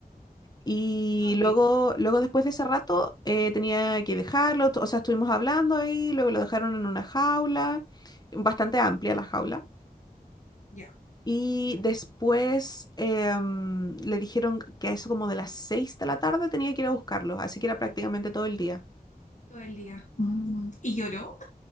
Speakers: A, on the left; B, on the left.
A: Y
B: Ah, ok.
A: luego, luego después de ese rato, eh, tenía que dejarlo, o sea, estuvimos hablando ahí, luego lo dejaron en una jaula, bastante amplia la jaula.
B: Ya.
A: Y después em, le dijeron que a eso como de las 6 de la tarde tenía que ir a buscarlos, así que era prácticamente todo el día.
B: Todo el día. Mm. Y lloró,